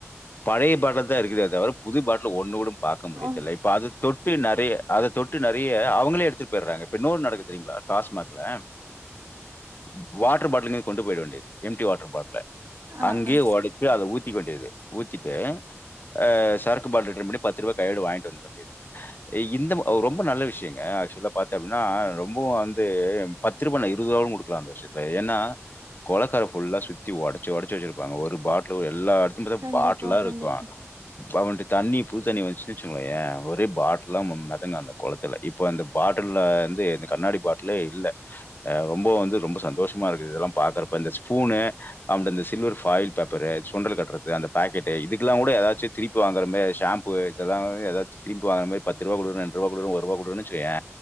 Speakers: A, on the left; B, on the right.
A: பழைய பாட்டல தான் இருக்குதே தவிர புது பாட்டல ஒண்ணு கூட பாக்க முடியதுல்ல
B: ஒன்-
A: இப்ப அது தொட்டு நெறைய அத தொட்டு நெறைய அவங்களே எடுத்துட்டு போயிறாங்க இப்ப இன்னொன்னு நடக்குது தெரியுங்ளா டாஸ்மாக்ல வ வாட்டர் பாட்டில்க கொண்டு போயிட வேண்டியது எம் டி வாட்டர் பாட்ல
B: ஆ
A: அங்கயே
B: ஆ
A: ஓடச் அத ஊத்திக்க வேண்டிது ஊத்திட்டு அ சரக்கு பாட்டில ரிட்டன் பண்ணி பத்து ரூபா கையோட வாங்ட்டு வந்துர வேண்டியது இந்த ரொம்ப நல்ல விஷயங்க ஆக்சுவல பாத்த அப்டின்னா ரொம்பவு வந்து பத்து ரூபா நா இருபது ரூபா கொடுக்கலா அந்த விஷய ஏனா குளக்கர ஃபுல்லா சுத்தி உடச்சு உடச்சு வச்சிருப்பாங்க ஒரு பாட்டில் எல்லா அடுத்து த்தி பாத்தே
B: கண்டிப்பா
A: பாட்டல்லா இருக்கு
B: கண்டிப்பா
A: அவனுட்டு தண்ணி புது தண்ணி வந்துச்சுன்னு வச்சுகோயே ஒரே பாட்டல்லா மிதங்கு அந்த குளத் துல இப்ப அந்த பாட்டல்ல வந்து இந்த கண்ணாடி பாட்லே இல்ல அ ரொம்ப வந்து ரொம்ப சந்தோஷமா இருக்குது இதெல்லா பாக்குறப்ப இந்த ஸ்பூனு அப்டி இந்த சில்வர் ஃபாயில் பேப்பரு சுண்டல் கட்டுறது அந்த பக்கெட் இதுக்கெல்லா கூட ஏதாச்சு திருப்பி வாங்கற மாரி ஷாம்பூ இதெல்லா ஏதாது திருப்பி வாங்கற மாரி பத்து ரூவா குடு ரெண்டு ரூவா குடு ஒருவா கொடுன்னு வச்சுகேயே